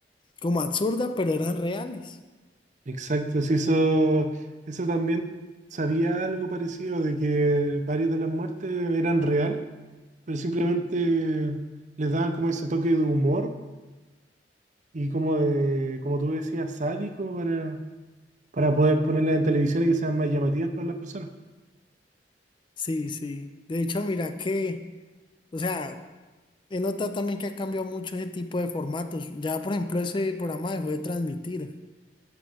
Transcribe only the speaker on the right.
Exacto, sí, eso, eso también sabía algo parecido, de que varias de las muertes eran reales, pero simplemente les daban como ese toque de humor y como de, como tú decías, sádico para, para poder ponerlas en televisión y que sean más llamativas para las personas.